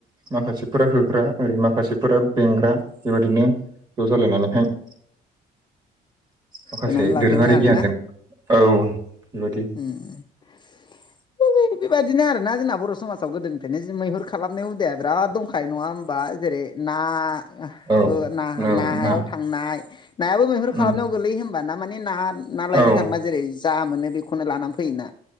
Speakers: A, on the right; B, on the left.
A: माखासेफोरा होग्रा ओरै माखासेफोरा बेंग्रा बेबादिनो ज' जालायनानैहाय माखासे
B: होनानै लाबोयोमोन
A: दोरोङारि
B: आरोना।
A: गियानजों औ। बेबायदि
B: उम। <unintelligible> बेबायदिनो आरोना जोंना बर' समाजाव गोदोनिफ्रायनो जे मैहुर खालामनाय हुदाया बिराद दंखायो नङा होमबा जे एरै ना <unintelligible>
A: औ
B: ना नाहायाव
A: ना
B: थांनाय नायाबो मैहुर खालामनायाव
A: उम
B: गोग्लैयो होमबा ना माने ना ना लायनो
A: औ
B: थांबा जेरै जा मोनो बेखौनो लाना फैयोना।